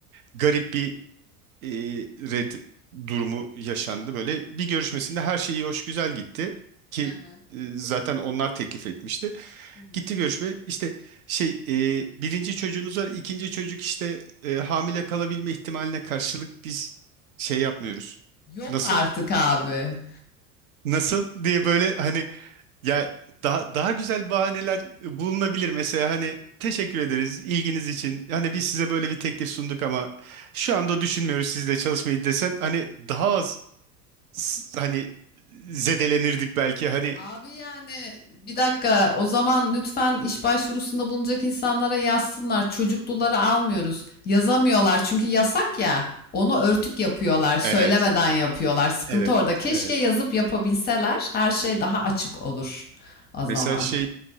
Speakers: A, on the right; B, on the left.
A: garip bir e, red durumu yaşandı. Böyle bir görüşmesinde her şey iyi hoş güzel gitti ki
B: Hı hı.
A: e, zaten onlar teklif etmişti.
B: Hı hı.
A: Gitti görüşme. İşte şey e, birinci çocuğunuz var, ikinci çocuk işte e, hamile kalabilme ihtimaline karşılık biz şey yapmıyoruz.
B: Yok
A: Nasıl?
B: artık abi.
A: Nasıl diye böyle hani ya daha daha güzel bahaneler e, bulunabilir mesela hani teşekkür ederiz ilginiz için. Hani biz size böyle bir teklif sunduk ama şu anda düşünmüyoruz sizle çalışmayı desen hani daha az s- hani zedelenirdik belki hani
B: Abi yani bir dakika o zaman lütfen iş başvurusunda bulunacak insanlara yazsınlar. Çocukluları almıyoruz. Yazamıyorlar çünkü yasak ya. Onu örtük yapıyorlar, söylemeden
A: Evet,
B: yapıyorlar. Sıkıntı
A: evet,
B: orada. Keşke
A: evet.
B: yazıp yapabilseler her şey daha açık olur o
A: Mesela
B: zaman.
A: şey